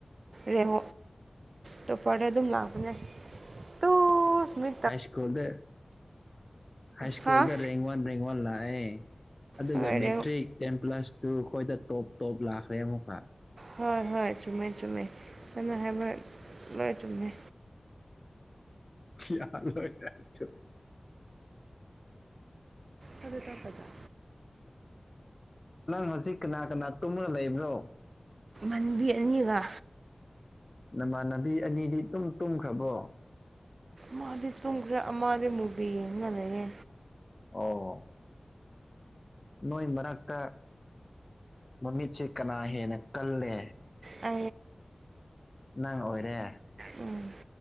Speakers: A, on the right; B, on the left.
A: ꯔꯦꯡ ꯇ ꯐꯔꯦ ꯑꯗꯨꯝ ꯂꯥꯛꯄꯅꯦ ꯇ ꯁꯃꯤ
B: ꯍꯥꯏ ꯁ꯭ꯀꯨꯜꯗ ꯍꯥꯏ ꯁ꯭ꯀꯨꯜꯗ
A: ꯍꯥ
B: ꯔꯦꯡꯒꯋꯥꯔ ꯔꯦꯡꯒꯋꯥꯔ ꯂꯥꯛꯌꯦ ꯑꯗꯨꯒ
A: ꯍꯣꯏꯔꯦ
B: ꯃꯦꯇ꯭ꯔꯤꯛ ꯇꯦꯟ ꯄ꯭ꯂꯁ ꯇꯨ ꯑꯩꯈꯣꯏꯗ ꯇꯣꯞ ꯇꯣꯞ ꯂꯥꯛꯈ꯭ꯔꯦ ꯑꯃꯨꯛꯀ
A: ꯍꯣꯏ ꯍꯣꯏ ꯆꯨꯝꯃꯦ ꯆꯨꯝꯃꯦꯃ ꯍꯥꯏꯃ ꯂꯣꯏ ꯆꯨꯝꯃꯦ
B: ꯌꯥꯅ ꯑꯣꯏ ꯆ
A: ꯐ ꯇ ꯐꯖ
B: ꯅꯪ ꯍꯧꯖꯤꯛ ꯀꯅꯥ ꯀꯅꯥ ꯇꯨꯝꯃꯅ ꯂꯩꯕ꯭ꯔꯣ
A: ꯑꯟꯕꯤ ꯑꯅꯤꯒ
B: ꯅꯃꯥꯟꯅꯕꯤ ꯑꯅꯤꯗꯤ ꯇꯨꯝ ꯇꯨꯝꯈ꯭ꯔꯕꯣ
A: ꯃꯥꯗꯤ ꯇꯨꯝꯈ꯭ꯔꯦ ꯃꯥꯗꯤ ꯃꯨꯕꯤ ꯌꯦꯡ ꯉ ꯂꯩꯦ
B: ꯑꯣ ꯅꯣꯏ ꯃꯔꯛꯇ ꯃꯃꯤꯠꯁꯦ ꯀꯅꯥ ꯍꯦꯟꯅ ꯀꯜꯂꯦ
A: ꯑ
B: ꯅꯪ ꯑꯣꯏꯔꯦ
A: ꯎꯝ